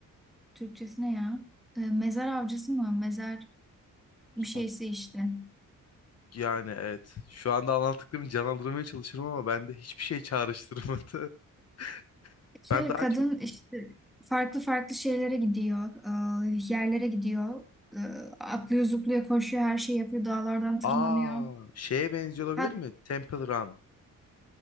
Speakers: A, in the centre; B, on the left.
A: Türkçesi ne ya? E, mezar avcısı mı? Mezar bir şeyse
B: Son-
A: işte.
B: Yani evet. Şu anda anlattıklarını canlandırmaya çalışıyorum ama bende hiçbir şey çağrıştırmadı. <laughs>
A: Şöyle
B: Ben daha
A: kadın
B: çok...
A: işte farklı farklı şeylere gidiyor, e, yerlere gidiyor, E, atlıyor, zıplıyor, koşuyor, her şeyi yapıyor, dağlardan tırmanıyor.
B: Aa, şeye benziyor olabilir
A: Hat,
B: mi? Temple Run.